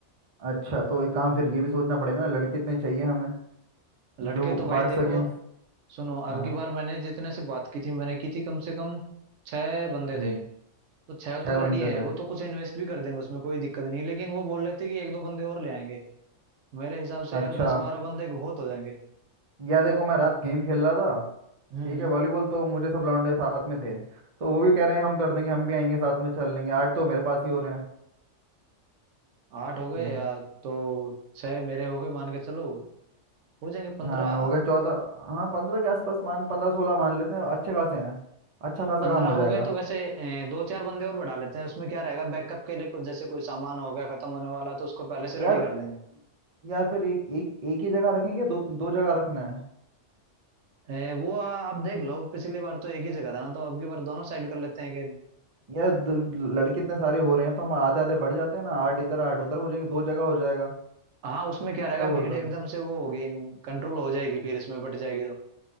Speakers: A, on the right; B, on the right.
A: अच्छा तो एक काम फिर ये भी सोचना पड़ेगा ना लड़के इतने चाहिए हमें
B: लड़के
A: जो
B: तो भाई
A: बांट
B: देखो
A: सकें
B: सुनो
A: हाँ
B: अब की बार मैंने जितने से बात की थी मैंने की थी कम से कम छह बंदे
A: हम्म
B: थे तो छह
A: छः
B: तो
A: बंदे
B: रेडी हैं
A: थे
B: वो तो कुछ इन्वेस्ट भी कर देंगे उसमें कोई दिक्कत नहीं लेकिन वो बोल रहे थे कि एक दो बंदे और ले आएंगे मेरे हिसाब
A: अच्छा
B: से यार दस बारह बंदे बहुत हो जाएंगे
A: यार देखो मैं रात गेम खेल रहा था
B: हम्म
A: ठीक
B: हम्म
A: है वॉलीबॉल तो मुझे सब लौंडे साथ में थे तो वो भी कह रहे हैं हम कर देंगे हम भी आएंगे साथ में चल लेंगे आठ तो मेरे पास ही हो रहे हैं
B: आठ हो गए
A: हम्म,
B: यार तो छह मेरे हो गए मान के चलो हो जाएंगे पंद्रह
A: हाँ हो गया चौदह हाँ पंद्रह के आसपास मान पंद्रह सोलह मान लेते हैं अच्छे खासे हैं अच्छा खासा
B: पंद्रह
A: काम हो जाएगा
B: हो गए तो वैसे अ, दो चार बंदे और बढ़ा लेते हैं उसमें क्या रहेगा बैकअप के लिए कुछ जैसे कोई सामान हो गया खत्म होने वाला तो उसको पहले से
A: यार
B: रेडी कर देंगे
A: या फिर एक एक एक ही जगह रखेंगे दो दो जगह रखना है
B: अ, वो आ- आप देख लो पिछली बार तो एक ही जगह था ना तो अब की बार दोनों साइड कर लेते हैं कि
A: यार दो- लड़के इतने सारे हो रहे हैं तो हम आधे आधे बढ़ जाते हैं ना आठ इधर आठ उधर हो जाएंगे दो जगह हो जाएगा
B: हाँ उसमें क्या रहेगा
A: क्या बोलते
B: भीड़ एकदम
A: हो
B: से वो होगी कंट्रोल हो जाएगी फिर इसमें बट जाएगी तो